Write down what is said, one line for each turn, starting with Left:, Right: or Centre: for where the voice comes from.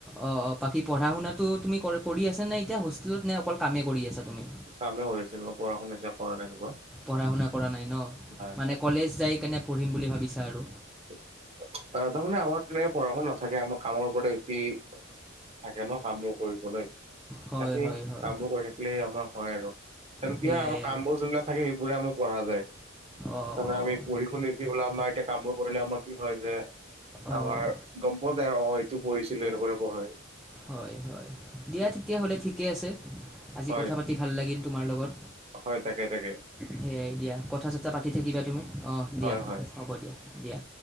Centre: অ', অ' বাকী পঢ়া শুনাতো তুমি কৰি আছা নে এতিয়া, হোষ্টেলত নে, অকল কামে কৰি আছা তুমি।
Right: কামে কৰি আছো এনেকুৱা পঢ়া শুনা এতিয়া কৰা নাই এনেকুৱা
Centre: পঢ়া শুনা কৰা নাই ন
Right: নাই
Centre: মানে
Right: নাই
Centre: কলেজ যাই কেনে পঢ়িম বুলি ভাবিছা আৰু
Right: অ তাৰমানে আমাৰ তেনেকে মানে পঢ়া শুনা নাথাকে আমাৰ কামৰ ওপৰতে বেছি থাকে ন কামবোৰ কৰিবলৈ
Centre: হয়
Right: বাকী
Centre: হয় হয়
Right: কামবোৰ কৰি থাকিলে আমাৰ হয় আৰু
Centre: সেয়াই
Right: কি হয় আমাৰ
Centre: আৰু
Right: কাম বোৰ যোনবিলাক থাকে সেইবোৰে আমাৰ পঢ়া যায়
Centre: অঁ
Right: তাতে আমি পঢ়ি শুনি <unintelligible> আমাৰ এতিয়া কামবোৰ পঢ়িলে আমাৰ কি হয় যে
Centre: অঁ অঁ
Right: আমাৰ গম পোৱা যায় অ এইটো পঢ়িছিলো এনেকুৱা তাইপৰ হয়।
Centre: হয় হয় দিয়া তেতিয়াহ'লে ঠিকে আছে আজি
Right: হয়
Centre: কথা পাতি ভাল লাগিল তোমাৰ লগত।
Right: হয় তাকে তাকে।
Centre: সেয়াই দিয়া কথা চথা পাতি থাকিবা তুমি অ দিয়া
Right: হয় হয়
Centre: হ'ব দিয়া দিয়া।